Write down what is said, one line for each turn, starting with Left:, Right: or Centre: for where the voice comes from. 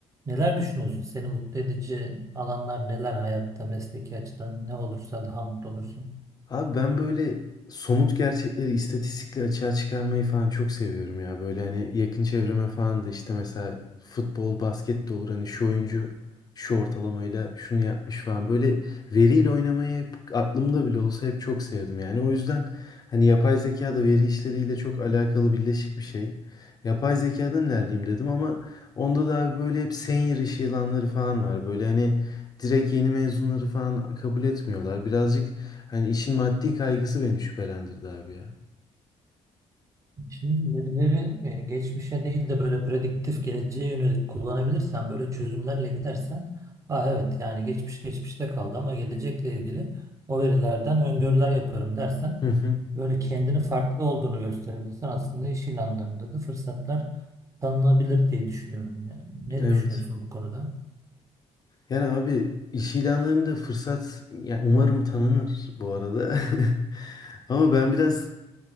Right: Neler düşünüyorsun? Seni mutlu edici alanlar neler hayatta, mesleki açıdan ne olursa daha mutlu olursun.
Left: Abi ben böyle somut gerçekleri, istatistikleri açığa çıkarmayı falan çok seviyorum ya. Böyle hani yakın çevreme falan da işte mesela futbol, basket de olur. Hani şu oyuncu şu ortalamayla şunu yapmış falan. Böyle veriyle oynamayı hep aklımda bile olsa hep çok sevdim. Yani o yüzden hani yapay zeka da veri işleriyle çok alakalı birleşik bir şey. Yapay zekadan ilerleyeyim dedim ama onda da abi böyle hep senior iş ilanları falan var. Böyle hani direkt yeni mezunları falan kabul etmiyorlar. Birazcık Hani işin maddi kaygısı beni şüphelendirdi abi ya.
Right: Şimdi verileri e, geçmişe değil de böyle prediktif geleceğe yönelik kullanabilirsen, böyle çözümlerle gidersen, aa evet yani geçmiş geçmişte kaldı ama gelecekle ilgili o verilerden öngörüler yaparım dersen,
Left: Hı hı.
Right: böyle kendini farklı olduğunu gösterebilirsen aslında iş ilanlarında da fırsatlar tanınabilir diye düşünüyorum. Yani ne
Left: Evet.
Right: düşünüyorsun bu konuda?
Left: Yani abi iş ilanlarında fırsat yani umarım tanınır bu arada. <laughs> Ama ben biraz